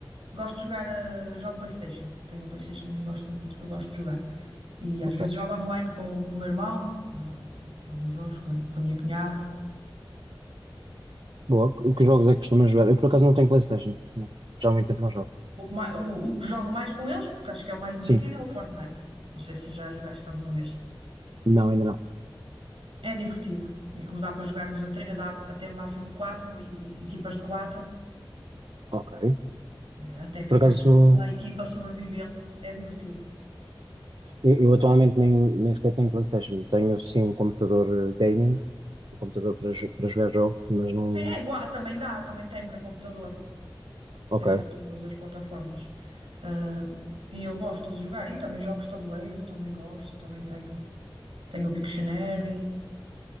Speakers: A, on the right; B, on the right.
A: gosto de jogar, eh, jogo PlayStation. Tenho a PlayStation e gosto muito, eu gosto de jogar. E às
B: ok.
A: vezes jogo online com, com o meu irmão, com, eh, alguns jogos com, a com a minha cunhada.
B: Boa. Que que jogos é que costumas jogar? Eu, por acaso, não tenho PlayStation. Não. Já há muito tempo não jogo.
A: O que, mai- o, o que jogo mais com eles, porque acho que é o mais divertido,
B: Sim,
A: é o Fortnite. Não sei se já jogaste alguma vez.
B: não, ainda não.
A: É divertido. E como dá para jogarmos a tre- dá até máximo de quatro e equipas de quatro,
B: Ok.
A: eh, até ficar
B: Por acaso,
A: só uma equipa sobrevivente, é divertido.
B: eu, eu atualmente nem, nem sequer tenho PlayStation. Tenho, sim, um computador eh, gaming, um computador para, jo- para jogar jogos, mas não.
A: Sim, é igual, também dá, também tem para computador,
B: Ok.
A: tem para todas as plataformas. Ah, e eu gosto de jogar, e também jogos de tabuleiro, também gosto, também tenho, tenho o Pictionary,